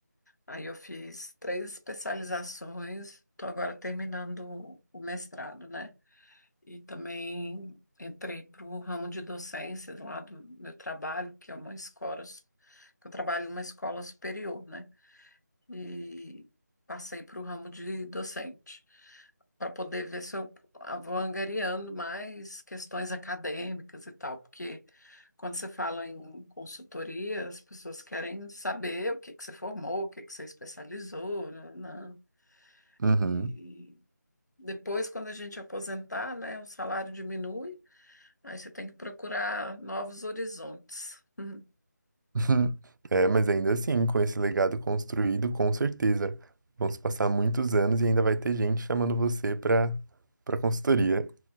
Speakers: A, on the left; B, on the right.
A: Aí eu fiz três especializações, estou agora terminando o mestrado, né? E também entrei para o ramo de docência lá do meu trabalho, que é uma escola, que eu trabalho numa escola superior, né? E passei para o ramo de docente, para poder ver se eu vou angariando mais questões acadêmicas e tal, porque quando você fala em consultoria, as pessoas querem saber o que que você formou, o que que você especializou, né? né?
B: Uhum.
A: E depois, quando a gente aposentar, né, o salário diminui. Aí você tem que procurar novos horizontes. Uhum.
B: <laughs> É, mas ainda assim, com esse legado construído, com certeza vão se passar muitos anos e ainda vai ter gente chamando você para para consultoria.